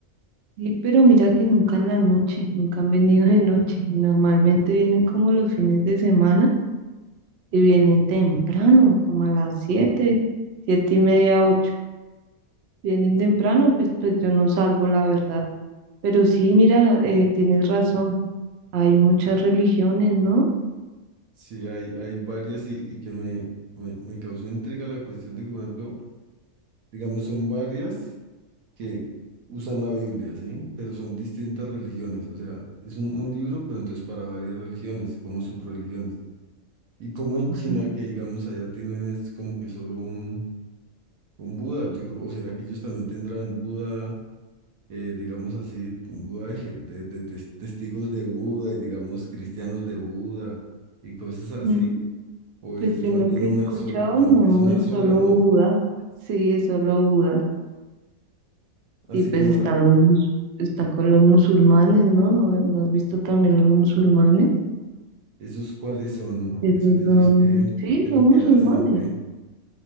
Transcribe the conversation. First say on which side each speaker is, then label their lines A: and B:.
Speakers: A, on the right; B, on the right.
A: sí, pero mira que nunca en la noche, nunca han venido de noche. Normalmente vienen como los fines de semana y vienen temprano, como a las siete, siete y media, ocho. Vienen temprano, pues, pues yo no salgo, la verdad. Pero sí, mira, eh, tienes razón, hay muchas religiones, ¿no?
B: sí hay, hay varias y, y que me, me, me causó intriga la cuestión de que, por ejemplo, digamos, son varias que usan la Biblia, ¿sí? Pero son distintas religiones, o sea, es un, un libro, pero entonces para varias religiones, como subreligiones. Y como en
A: Ajá.
B: China, que digamos allá tienen es como que solo un, un Buda, yo creo- o será que ellos también tendrán Buda, eh, digamos así, Buda de, de- de tes- testigos de Buda y digamos cristianos de Buda y cosas así,
A: Mm,
B: o
A: Pues
B: es
A: yo
B: más
A: lo
B: bien
A: que
B: una
A: he escuchado
B: sola, como
A: no
B: que es una
A: es
B: sola,
A: solo
B: ¿no?
A: Buda, sí, es solo Buda.
B: Así
A: Y pues
B: como
A: están
B: la-
A: los mus- está con los musulmanes, ¿no? ¿No, no has visto también los musulmanes?
B: esos cuáles son,
A: Esos
B: eso- ellos
A: son,
B: qué,
A: sí,
B: qué
A: son
B: es lo
A: musulmanes.
B: que hacen o qué.